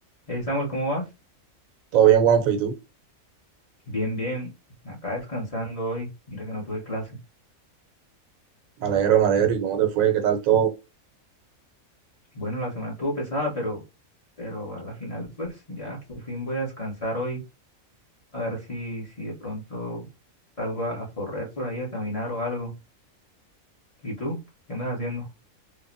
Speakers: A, on the left; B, on the right.
A: Hey Samuel, ¿cómo vas?
B: Todo bien, Juanfe, ¿y tú?
A: Bien, bien. Acá descansando hoy. Mira que no tuve clase.
B: Me alegro, me alegro. ¿Y cómo te fue? ¿Qué tal todo?
A: Bueno, la semana estuvo pesada, pero, pero a la final, pues ya, por fin voy a descansar hoy. A ver si, si de pronto salgo a, a correr por ahí, a caminar o algo. ¿Y tú? ¿Qué andas haciendo?